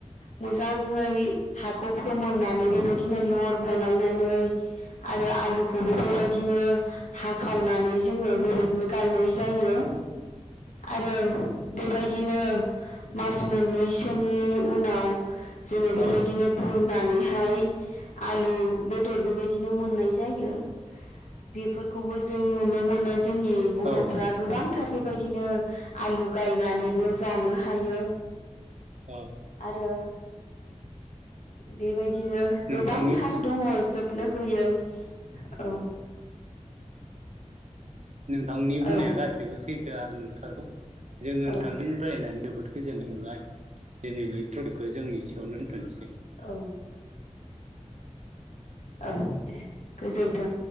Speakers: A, on the left; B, on the right.
A: मोजाङै हाखौ फोमोननानै बेबायदिनो लर बनायनानै आरो आलुखौबो बेबायदिनो हाखावनानै जोङो बेबायदिनो गायनाय जायो आरो बेबायदिनो मास मोननैसोनि उनाव जोङो बेबायदिनो
B: औ
A: बुरनानैहाय आलु बेदर <unintelligible> <unintelligible> मोननाय जायो। बेफोरखौबो जोंनो ब <unintelligible> जोंनि बर'फ्रा
B: औ
A: गोबांथार बेबायदिनो आलु गायनानैबो जानो हायो
B: औ
A: आरो बेबायदि बिदिनो
B: नोंथांनि
A: गोबांथार दङ नो गैयै औ
B: नोंथांनि बुंनाया
A: औ
B: गासिबो सैथो थो आरो नंथारगौ जोङो नोंथांजों
A: औ
B: रायनानै जोबोद गोजोननाय मोनबाय दिनैनि तपिकखौ जों एसेयावनो दोनथ'नोसै।
A: औ औ गोजोनथों